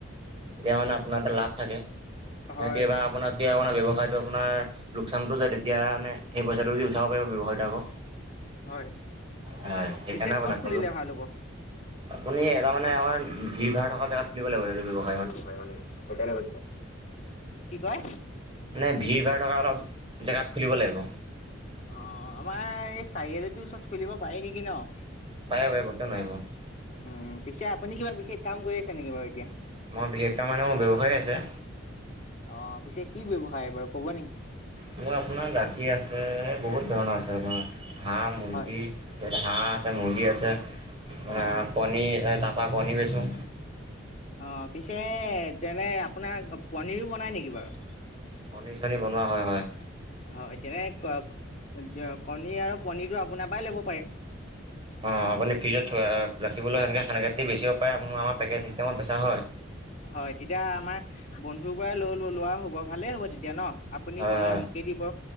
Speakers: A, on the right (about 25°); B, on the left (about 35°).
A: তেতিয়া মানে আপোনাৰ এটা লাভ থাকে। নহ'লে
B: হয়।
A: কিবা আপোনাৰ ব্যৱসায়টো আপোনাৰ লোকচানতো যাই তেতিয়া সেই পইচাটো দি উঠাব পাৰিব ব্যৱসায়টো আকৌ।
B: হয়।
A: হয়', - সেইকাৰণে
B: পিছে
A: আপোনাক
B: ক'ত খুলিলে
A: ক'লো
B: ভাল হ'ব?
A: আপুনি এটা মানে আমাৰ ভিৰ ভাৰ থকা জেগাত খুলিব লাগিব এইটো ব্যৱসা
B: এইটো ব্যৱসায় মানে, সেইকাৰণে কৈছোঁ। কি কয়?
A: মানে ভিৰ ভাৰ থকা অলপ জেগাত খুলিব লাগিব
B: অঁ', আমাৰ এই চাৰিআলিটোৰ ওচৰত খুলিব পাৰি নেকি ন'?
A: পাৰিব পাৰিব কিয় নোৱাৰিব।
B: উম', পিছে আপুনি কিবা বিশেষ কাম কৰি আছে নেকি বাৰু এতিয়া?
A: মই বিশেষক মানে, মোৰ ব্যৱসায় আছে।
B: অঁ', পিছে কি ব্যৱসায় বাৰু ক'ব নেকি?
A: মোৰ আপোনাৰ গাখীৰ আছে, বহুত ধৰণৰ আছে আপোনাৰ হাঁহ, মুৰ্গী,
B: হয়,
A: হাঁহ আছে, মুৰ্গী আছে, অ',
B: উম।
A: কণী আছে তা তা, পৰা কণী বেচো।
B: অঁ', পিছে তেনে আপোনাৰ পনীৰো বনাই নেকি বাৰু?
A: কণী চনী বনোৱা হয় হয়।
B: হয়', তেনে ক', -ক', কণী আৰু পনীৰটো আপোনাৰ পৰাই ল'ব পাৰিম?
A: অঁ', আপুনি ফ্ৰিজত থৈ ৰাখিবলৈ এনেকে সেনেকৈতো বেচিব পাৰে মোৰ আমাৰ পেকেজ চিষ্টেমত বেচা হয়।
B: হয়। তেতিয়া আমাৰ বন্ধুৰ পৰাই লৈ লো লোৱা হব। ভালেই হব তেতিয়া ন? আপুনি
A: হয়
B: বনাই
A: হয়
B: মোকেই দিব